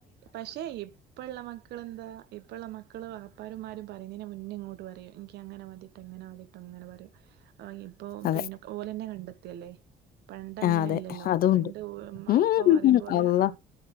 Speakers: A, on the right; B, on the left.
A: പക്ഷെ ഇപ്പുള്ള മക്കൾ എന്താ ഇപ്പുള്ള മക്ക മക്കള് വാപ്പാർമാര പറയുന്നതിനെ മുന്നേ ഇങ്ങോട്ട് പറയും എനിക്ക് അങ്ങനെ മതിട്ട് എങ്ങനെ മതിട്ടോ അങ്ങനെ പറയും ആ ഇപ്പൊ
B: അതെ
A: പിന്നെ ഓലെന്നെ കണ്ടെത്തിയല്ലേ പണ്ടങ്ങനെ
B: ആ അതെ
A: ഇല്ലല്ലോ
B: അതുണ്ട്
A: പണ്ട് അ്
B: ഉം
A: അപ്പ പറയും പോോലെ
B: അള്ളാ
A: ആ